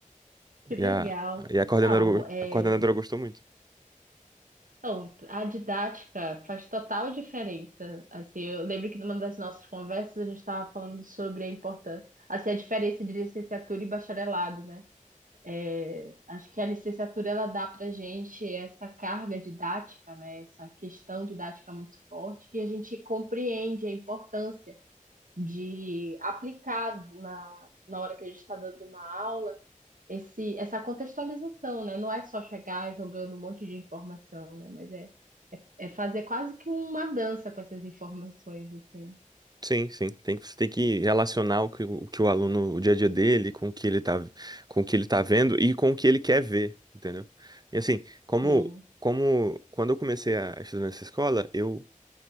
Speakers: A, on the right; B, on the right.
A: que legal.
B: E a, e a coordenadora,
A: Não, é.
B: a coordenadora gostou muito.
A: Então, a didática faz total diferença. Assim, eu lembro que numa das nossas conversas a gente estava falando sobre a importância, assim, a diferença de licenciatura e bacharelado, né? É, acho que a licenciatura ela dá para gente essa carga didática, né? Essa questão didática muito forte que a gente compreende a importância de aplicar na, na hora que a gente está dando uma aula esse, essa contextualização, né? Não é só chegar jogando um monte de informação, né? Mas é é fazer quase que uma dança com essas informações, assim.
B: Sim, sim. Tem que, você tem que relacionar o que o, o que o aluno, o dia a dia dele, com o que ele tá, com o que ele tá vendo e com o que ele quer ver, entendeu? E assim, como,
A: Sim.
B: como quando eu comecei a estudar nessa escola, eu,